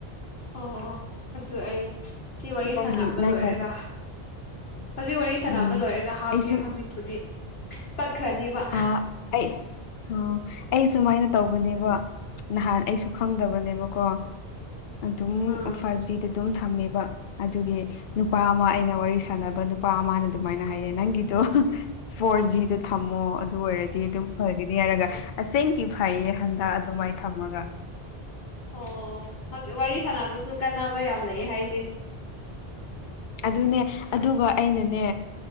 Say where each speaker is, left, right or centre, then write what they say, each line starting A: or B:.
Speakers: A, on the left (about 75°); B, on the left (about 60°).
A: ꯑꯣꯑꯣꯑꯣ ꯑꯗꯨ ꯑꯩ ꯁꯤ ꯋꯥꯔꯤ
B: ꯅꯪꯒꯤ
A: ꯁꯥꯟꯅꯕ
B: ꯅꯪꯅ
A: ꯂꯣꯏꯔꯒ ꯍꯧꯖꯤꯛ ꯋꯥꯔꯤ ꯁꯥꯅꯕ
B: ꯎꯝ
A: ꯂꯣꯏꯔꯒ ꯍꯥꯞꯀꯦ
B: ꯑꯩꯁꯨ
A: ꯍꯧꯖꯤꯛꯄꯨꯗꯤ ꯇꯠꯈ꯭ꯔꯅꯤꯕ
B: ꯑ ꯑꯩ ꯑꯣ ꯑꯩ ꯁꯨꯃꯥꯏꯅ ꯇꯧꯕꯅꯦꯕ ꯅꯍꯥꯟ ꯑꯩꯁꯨ ꯈꯪꯗꯕꯅꯦꯕꯀꯣ ꯑꯗꯨꯝ
A: ꯎꯝ
B: ꯐꯥꯏꯚ ꯖꯤ ꯗ ꯗꯨꯝ ꯊꯝꯃꯦꯕ ꯑꯗꯨꯒꯤ ꯅꯨꯄꯥ ꯑꯃ ꯑꯩꯅ ꯋꯥꯔꯤ ꯁꯥꯅꯕ ꯅꯨꯄꯥ ꯑꯃꯥꯅ ꯑꯗꯨꯃꯥꯏꯅ ꯍꯥꯏꯌꯦ ꯅꯪꯒꯤ ꯗꯣ ꯐꯣꯔ ꯖꯤ ꯗ ꯊꯝꯃꯣ ꯑꯗꯨ ꯑꯣꯏꯔꯗꯤ ꯑꯗꯨꯝ ꯐꯒꯅꯤ ꯍꯥꯏꯔꯒ ꯑꯁꯦꯡꯀꯤ ꯐꯩꯌꯦ ꯍꯟꯗꯛ ꯑꯗꯨꯃꯥꯏ ꯊꯝꯃꯒ
A: ꯑꯣ ꯍꯧ ꯋꯥꯔꯤ ꯁꯥꯟꯅꯕꯁꯨ ꯀꯥꯟꯅꯕ ꯌꯥꯝ ꯂꯩꯌꯦ ꯍꯥꯏꯁꯦ
B: ꯑꯗꯨꯅꯦ ꯑꯗꯨꯒ ꯑꯩꯅꯅꯦ